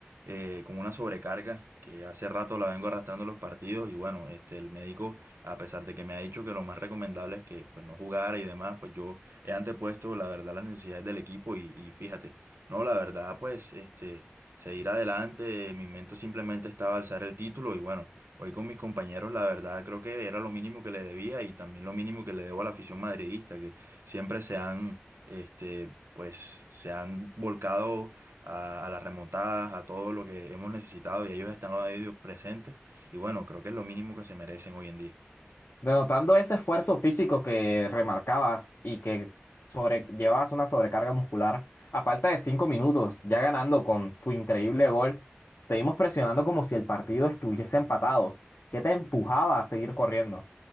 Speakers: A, on the right; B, on the left.
A: eh, con una sobrecarga que hace rato la vengo arrastrando en los partidos y bueno, este, el médico, a pesar de que me ha dicho que lo más recomendable es que pues no jugara y demás, pues yo he antepuesto la verdad las necesidades del equipo y, y fíjate, no, la verdad pues este, seguir adelante, mi mente simplemente estaba alzar el título y bueno. Hoy con mis compañeros, la verdad, creo que era lo mínimo que le debía y también lo mínimo que le debo a la afición madridista, que siempre se han, este, pues, se han volcado a, a las remontadas, a todo lo que hemos necesitado y ellos están ahí presentes. Y bueno, creo que es lo mínimo que se merecen hoy en día.
B: Denotando ese esfuerzo físico que remarcabas y que sobre, llevabas una sobrecarga muscular, a falta de cinco minutos, ya ganando con tu increíble gol, te vimos presionando como si el partido estuviese empatado. ¿Qué te empujaba a seguir corriendo?